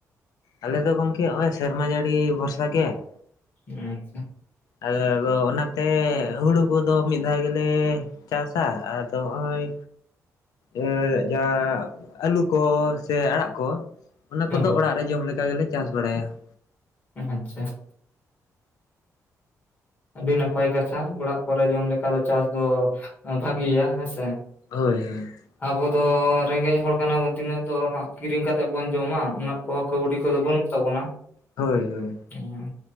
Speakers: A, on the left (about 85°); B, on the left (about 30°).
A: ᱟᱞᱮ ᱫᱚ ᱜᱚᱝᱠᱮ ᱦᱚᱜᱼᱚᱭ ᱥᱮᱨᱢᱟ ᱡᱟᱹᱲᱤ ᱵᱷᱚᱨᱥᱟ ᱜᱮ ᱾
B: ᱟᱪᱪᱷᱟ ᱾
A: ᱟᱫᱚ ᱟᱫᱚ ᱚᱱᱟᱛᱮ ᱦᱩᱲᱩ ᱠᱚᱫᱚ ᱢᱤᱫ ᱫᱷᱟᱣ ᱜᱮᱞᱮ ᱪᱟᱥᱟ, ᱟᱫᱚ ᱦᱚᱜᱼᱚᱭ <inaudible> ᱡᱟᱦᱟ ᱟᱹᱞᱩ ᱠᱚ ᱥᱮ ᱟᱲᱟᱜ ᱠᱚ ᱚᱱᱟ ᱠᱚᱫᱚ
B: ᱦᱳᱭ
A: ᱚᱲᱟᱜ ᱨᱮ ᱡᱚᱢ ᱞᱮᱠᱟ ᱜᱮᱞᱮ ᱪᱟᱥ ᱵᱟᱲᱟᱭᱟ ᱾
B: ᱟᱪᱪᱷᱟ ᱾ ᱟᱹᱰᱤ ᱱᱟᱯᱟᱭ ᱠᱟᱛᱷᱟ ᱚᱲᱟᱜ ᱠᱚᱨᱮ ᱡᱚᱢ ᱞᱮᱠᱟ ᱫᱚ ᱪᱟᱥ ᱫᱚ ᱵᱷᱟᱜᱮᱭᱟ ᱦᱮᱸᱥᱮ ᱾
A: ᱦᱳᱭ ᱦᱳᱭ ᱾
B: ᱟᱵᱚ ᱫᱚ ᱨᱮᱸᱜᱮᱡ ᱦᱚᱲ ᱠᱟᱱᱟ ᱵᱚᱱ ᱛᱤᱱᱟᱹᱜ ᱫᱚ ᱦᱟᱸᱜ ᱠᱤᱨᱤᱧ ᱠᱟᱛᱮᱜ ᱵᱚᱱ ᱡᱚᱢᱟ ᱩᱱᱟᱹᱜ ᱠᱚᱦᱚᱸ ᱠᱟᱣᱰᱤ ᱠᱚᱫᱚ ᱵᱟᱹᱱᱩᱜ ᱛᱟᱵᱚᱱᱟ ᱾
A: ᱦᱳᱭ ᱦᱳᱭ ᱾
B: ᱦᱩᱸ